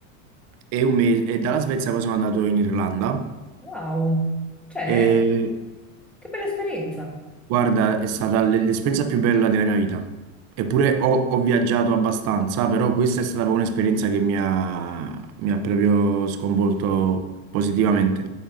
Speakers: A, on the right; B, in the centre.
A: e, un mese, e dalla Svezia poi sono andato in Irlanda.
B: Wow. Cioè,
A: E,
B: che bella esperienza.
A: guarda, è stata l- l'esperienza più bella della mia vita. Eppure ho, ho viaggiato abbastanza, però questa è stata proprio un'esperienza che mi ha, mi ha proprio sconvolto positivamente.